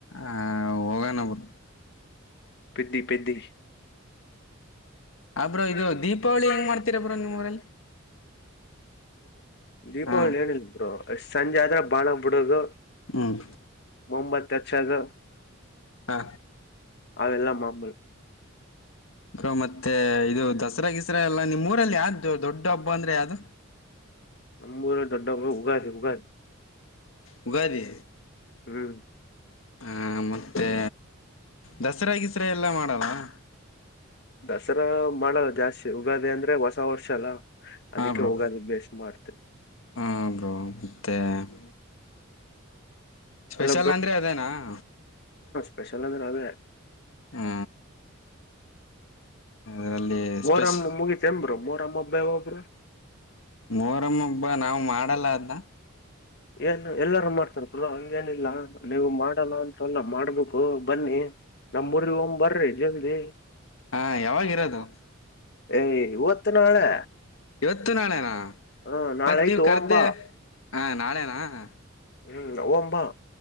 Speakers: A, on the left (about 75°); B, on the left (about 55°).
A: ಹ, ಹೋಗನಾ, ಬಿಡು. <inaudible>
B: ಪೆದ್ದಿ, ಪೆದ್ದಿ. <inaudible>
A: ಆ ಬ್ರೋ ಇದು
B: ದೀಪಾವಳಿ, ದೀಪಾವಳಿ
A: ಹೆಂಗ್ ಮಾಡ್ತೀರಾ
B: ಹೇಗೆ,
A: ಬ್ರೋ ನಿಮ್ ಊರಲ್ಲಿ
B: ಮಾಡುತ್ತೀರಾ ದೀಪಾವಳಿ
A: ಹಾ
B: ಏನ್ ಇಲ್ಲ ಬ್ರೋ, ಸಂಜೆ ಆದ್ರ ಬಾಳ ಬಿಡದು,
A: ಹ್ಮ್
B: ಬಹುಮತ. ಹಚ್ಚೋದು
A: ಹಾ
B: ಅವೆಲ್ಲಾ ಮಾಮೂಲಿ. <inaudible>
A: ಹ, ಮತ್ತೆ ಇದು ದಸರಾ ಗೀಸರ, ಎಲ್ಲ ನಿಮ್ಮ, ಊರಲ್ಲಿ ಯಾವ್ದು ದೊಡ್ಡ ಹಬ್ಬ ಅಂದ್ರೆ ಯಾವ್ದು?
B: ನಮ್ಮೂರ ದೊಡ್ಡ
A: ಯುಗಾದಿ,
B: ಉಗಾದಿ
A: ಹಬ್ಬ. <unintelligible>
B: ಉಗಾದಿ
A: ಯುಗಾದಿ. <inaudible>
B: ಹ್ಮ್.. <inaudible>
A: ಹಾ, ಮತ್ತೆ, ದಸರಾ, ಗೀಸರ, ಎಲ್ಲ ಮಾಡಲ್ಲ. <inaudible>
B: ದಸರಾ, ಮಾಡಲ್ಲ, ಜಾಸ್ತಿ ಯುಗಾದಿ ಅಂದ್ರೆ, ಹೊಸ ವರ್ಷ ಅಲ್ಲ
A: ಹಾ
B: ಅದಕ್ಕೆ!
A: ಬ್ರೋ
B: ಯುಗಾದಿ ಬೇಸ್ಮಾಡ್ತೀವಿ. <unintelligible>
A: ಹಾ ಬ್ರೋ ಮತ್ತೆ. <unintelligible> ಸ್ಪೆಷಲ್,
B: ಅಲ್ಲ
A: ಅಂದ್ರೆ ಅದೇನಾ. <inaudible>
B: ಸ್ಪೆಕ್ಯುಲ್, ಅಂದ್ರೆ, ಅದೇ. <inaudible>
A: ಹಾ ಅರಲ್ಲಿ ಸ್ಟ್ರೆಸ್,
B: ಮೊಹರಂ ಮುಗಿತೇನ್ ಬ್ರೋ ಮೊಹರಂ ಹಬ್ಬ ಯಾವಾಗ ಬ್ರೋ
A: ಮೊರಮ್ಮ, ಹಬ್ಬ, ನಾವು ಮಾಡ. <unintelligible> ಮಾಡಲ್ಲ, ಅದನ್ನ. <inaudible>
B: ಏನ್, ಎಲ್ಲಾರು, ಮಾಡ್ತಾರೆ, ಬ್ರೋ. <inaudible> ಏನಿಲ್ಲ! ನೀವು ಮಾಡಲ್ಲ ಅಂತಲ್ಲ ಮಾಡ. <inaudible> ಮಾಡ್ಬೇಕು, ಬನ್ನಿ ನಮ್ಮ, ಊರಿಗೆ, ಬರ್ರಿ, ಜಲ್ದಿ
A: ಹಾ ಯಾವಾಗಿರೋದು
B: ಏ ಇವತ್ತು, ನಾಳೆ,
A: ಇವತ್ತು ನಾಳೆನಾ
B: ಹ ನಾಳೆ
A: ಮತ್
B: ಆಯ್ತೇ,
A: ನೀವ್ ಕರ್ದೆ
B: ಹೋಗೋಮ, ಬಾ. <inaudible>
A: ಹಾ, ನಾಳೆನಾ. <inaudible>
B: ಹ್ಮ, ಹೋಗಮುಭಾ. <inaudible>